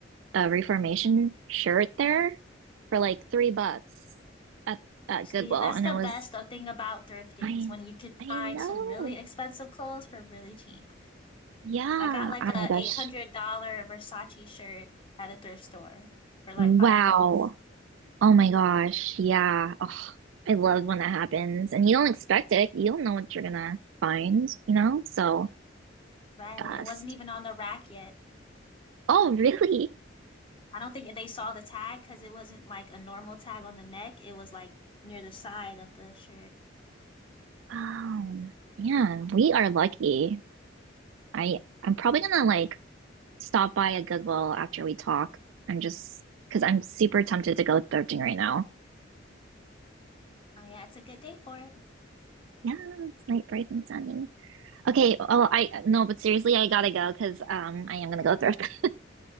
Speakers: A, on the right; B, on the left.
A: a reformation shirt there for like three bucks at at
B: See,
A: Goodwill
B: that's
A: and
B: the
A: it was
B: best of thing about thrifting
A: I
B: is when you can
A: I
B: find
A: know.
B: some really expensive clothes for really cheap.
A: Yeah.
B: I got like
A: Oh
B: a
A: my gosh.
B: $800 Versace shirt at a thrift store for like
A: Wow.
B: five bucks.
A: Oh my gosh, yeah. Oh, I love when that happens. And you don't expect it. You don't know what you're gonna find, you know? So
B: Right.
A: best.
B: It wasn't even on the rack yet.
A: Oh, really?
B: I don't think they saw the tag because it wasn't like a normal tag on the neck. It was like near the side of the shirt.
A: Oh man, we are lucky. I I'm probably gonna like stop by a Goodwill after we talk. I'm just because I'm super tempted to go thrifting right now.
B: Oh, yeah. It's a good day for it.
A: Yeah, it's night bright and sunny. Okay, oh I no, but seriously, I gotta go because um I am gonna go thrift. <laughs>